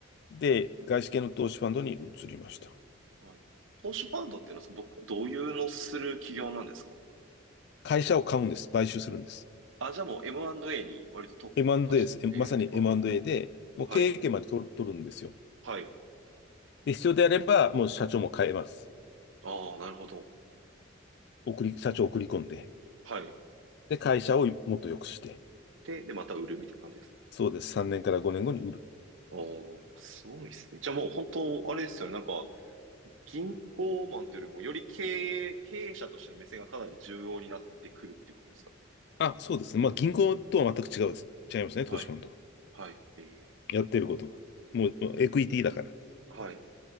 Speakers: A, on the left; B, on the right.
A: で、外資系の投資ファンドに移りました。
B: はい。投資ファンドっていうのは、その僕、どういうのする企業なんですか
A: 会社を買うんです。買収するんです。
B: あ、じゃあもう M&A に割と特化しているって。
A: M&A です。えまさに
B: ああ。
A: M&A で、もう経営権まで取、
B: はい。
A: 取るんですよ。
B: はい。
A: で、必要であれば、もう社長も変えます。
B: ああ、なるほど。
A: 送り、社長を送り込んで。
B: はい。
A: で、会社をもっと良くして。
B: で、で、また売るみたいな感じですか。
A: そうです。3年から5年後に売る。
B: おー、すごいですね。じゃあもう本当、あれですよね。なんか、銀行マンというよりも、より経営、経営者としての目線がかなり重要になってくるっていうことですか。
A: あ、そうですね。まあ、銀行とは全く違うです。違いますね、
B: はい。
A: 投資ファンドは。
B: はい。え
A: やってることが。もう、もうエクイティだから。
B: ー、はい。っ